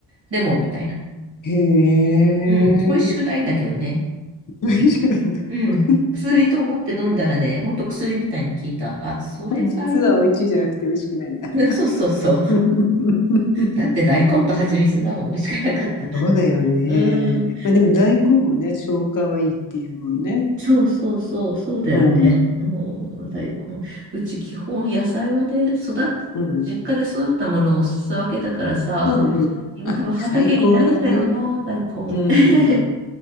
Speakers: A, on the right; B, on the left.
A: レモンみたいな。
B: へえ、
A: うん、美味しくないんだけどね。
B: 美味しくないんだ。
A: うん。
B: <laughs>
A: 薬と思って飲んだらね、ほんと薬みたいに効いた。あ、それがいい。
B: 実は美味しいじゃなくて美味しくないんだ。
A: <laughs> そうそうそう。
B: <laughs>
A: だって大根と蜂蜜だもん、美味しくなかった。
B: そうだよね。
A: うん。
B: まあ、でも大根もね、消化はいいっていうもんね。
A: そうそうそう、そうだよね。
B: うん、うん、
A: もう大根。うち基本野菜はで育っ、
B: うん、
A: 実家で育ったものをおすすわけだからさ、
B: うん。
A: 今多分畑にないんだよな、
B: あ、最高だね。
A: 大根。
B: うん、
A: <laughs>